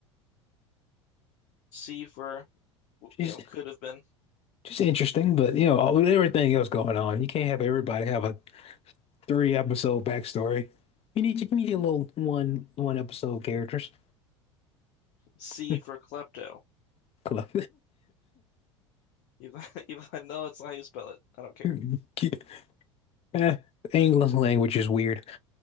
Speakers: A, on the left; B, on the left.
A: C for
B: She's
A: you know could have been
B: Just interesting, but you know, all- with everything else going on, you can't have everybody have a three episode backstory. You need you need your little one one episode characters.
A: C
B: <laughs>
A: for klepto.
B: Cool.
A: Even <laughs> even though I know it's not how you spell it. I don't care.
B: <laughs> Eh, English language is weird.